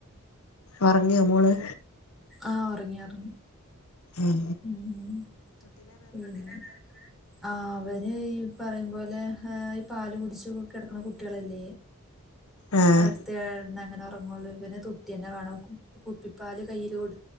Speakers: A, on the left; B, in the centre.
A: ഒറങ്ങിയോ മോള്?
B: ആ ഒറങ്ങി ഒറങ്ങി.
A: ഉം
B: ഉം <inaudible> അവന് ഈ <unintelligible> ഈ പാല് കുടിച്ച് കെടക്ക്ണ കുട്ടോളല്ലേ?
A: ആഹ്
B: അടുത്ത് കെടന്നങ്ങനെ ഒറങ്ങൊള്ളൂ ഇബന്തൊട്ടി തന്നെ വേണം കുപ്പിപ്പാൽ കയ്യിൽ കൊ അത്